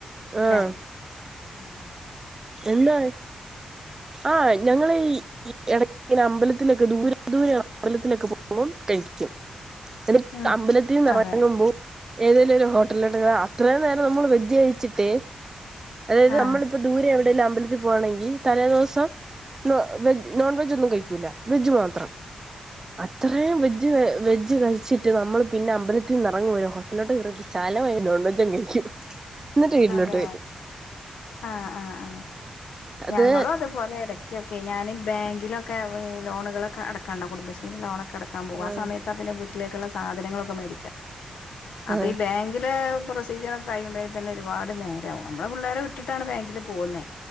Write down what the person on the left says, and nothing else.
ല്ലേ ഉംഹ്.
ഉം
അതെ
ആഹ്
അതെ
ആഹ് ആഹ് ആഹ്
ഞങ്ങളും അതുപോലെ ഇടയ്ക്കൊക്കെ ഞൻ ബാങ്കിലൊ. ക്കെ ഈ ലോണുകളൊക്കെ അടക്കണ്ടാവും കുടുംബശ്രീന്റെ ലോണക്കെ അട്ക്കാൻ
പോവും. ആ സമയത്ത്. പിന്നെ വീട്ടിലേക്ക്ള്ള സാധനങ്ങളക്കെ മേടിക്ക അപ്പ.
ഈ ബാങ്കിലെ. <inaudible> പ്രൊസിജ്യർ ഒക്കെ കഴിയുമ്പോഴെ തന്നെ ഒരുപാട് നേരാവും നമ്മള് പിള്ളേരെ വി. ട്ടിട്ടാണ് ബാങ്കിൽ പോകുന്നേ.